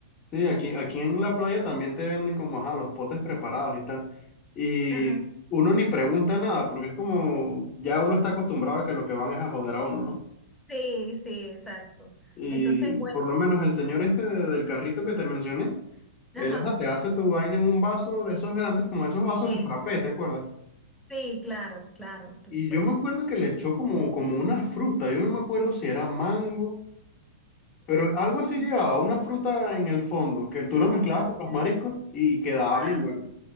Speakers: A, on the left; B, in the centre.
A: Sí, aquí, aquí en la playa también te venden como, ajá, los potes preparados y tal. Y
B: Ajá.
A: s- uno ni pregunta nada porque es como, ya uno está acostumbrado a que lo que van es a joder a uno, ¿no?
B: Sí, sí, exacto.
A: Y
B: Entonces, bueno,
A: por lo menos el señor este de- del carrito que te mencioné,
B: ajá,
A: él hasta te hace tu vaina en un vaso de esos grandes, como esos vasos
B: sí,
A: de frappé, ¿te acuerdas?
B: sí, claro, claro, por
A: Y
B: supuesto.
A: yo me acuerdo que le echó como, como una fruta, yo no me acuerdo si era mango, pero algo así
B: Entonces,
A: llevaba, una fruta en el fondo, que tú lo mezclabas
B: debe
A: con los
B: ser,
A: mariscos y quedaba
B: ¡guau!
A: bien bueno.